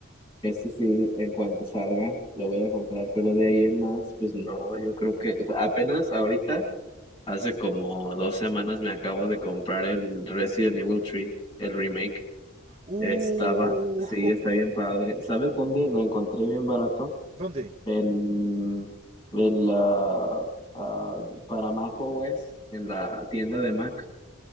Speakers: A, on the left; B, on the right.
A: Ese sí, en cuanto salga, lo voy a comprar, pero de ahí en más, pues no, yo creo que o sea, apenas ahorita, hace como dos semanas me acabo de comprar el Resident Evil 3, el remake.
B: Uh,
A: Estaba, sí,
B: <laughs>
A: está bien padre. ¿Sabes dónde lo encontré bien barato?
B: ¿Dónde?
A: En, en la, ah, para Mac o OS, en la tienda de Mac,